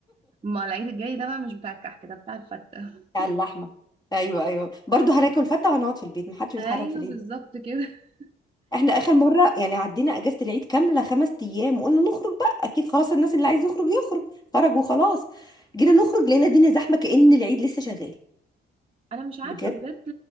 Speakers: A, on the right (about 30°); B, on the left (about 20°).
A: ما العيد الجاي ده بقى مش بتاع الكحك ده بتاع الفته
B: على اللحمه ايوه ايوه برضه هناكل فته وهنقعد في البيت محدش بيتحرك
A: ايوه
B: في العيد
A: بالظبط كده <laughs>
B: احنا اخر مرة يعني عدينا اجازة العيد كاملة خمس ايام وقلنا نخرج بقى اكيد خلاص الناس اللي عايز يخرج يخرج خرج وخلاص جينا نخرج لقينا الدنيا زحمة كأن العيد لسه شغال
A: انا مش عارفه
B: بجد
A: بجد